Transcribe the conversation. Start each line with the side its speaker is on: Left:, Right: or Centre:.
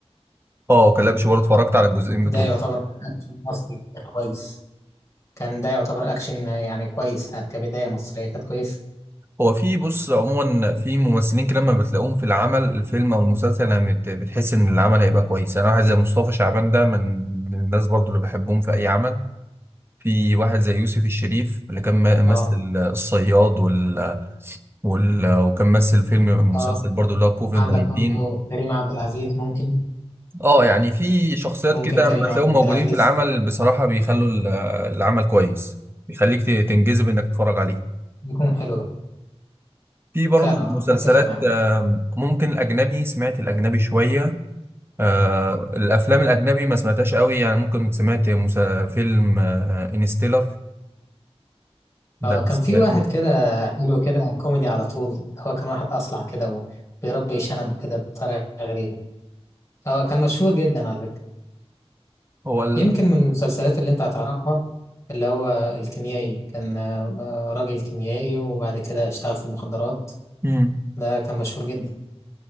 Right: اه كلبش برضه اتفرجت على الجزئين بتوعه
Left: ده يعتبر أكشن مصري كويس كان ده يعتبر أكشن يعني كويس ها، كبداية مصرية كانت كويس
Right: هو في بص عموما في ممثلين كده لما بتلاقوهم في العمل الفيلم او المسلسل انا بت- بتحس ان العمل هيبقى كويس انا واحد زي مصطفى شعبان ده من من الناس برضو اللي بحبهم في اي عمل في واحد زي يوسف الشريف اللي كان ما- مثل
Left: اه
Right: الصياد وال... وال... وكان مثل فيلم
Left: اه
Right: مسلسل برضو اللي هو كوفيد
Left: عندك
Right: 19
Left: برضو كريم عبد العزيز ممكن
Right: اه يعني في شخصيات
Left: ممكن
Right: كده
Left: كريم
Right: لما بتلاقيهم
Left: عبد
Right: موجودين
Left: العزيز
Right: في العمل بصراحة بيخلوا ال- العمل كويس بيخليك ت- تنجذب انك تتفرج عليه
Left: يكون حلو
Right: في برضه
Left: فعلا اه
Right: مسلسلات
Left: اتفق معاك
Right: آم، ممكن الأجنبي سمعت الأجنبي شوية آه، الأفلام الأجنبي ما سمعتهاش قوي يعني ممكن سمعت مسا- فيلم انستيلر ده
Left: اه
Right: اللي
Left: كان
Right: سمعته
Left: في واحد كده حلو كده كوميدي على طول هو كان واحد اصلع كده وبيربي شنب كده بطريقة غريبة اه كان مشهور جدا على فكرة
Right: هو ال...
Left: يمكن من المسلسلات اللي انت هتعرفها اللي هو الكيميائي كان آه، راجل كيميائي وبعد كده اشتغل في المخدرات
Right: مم.
Left: ده كان مشهور جدا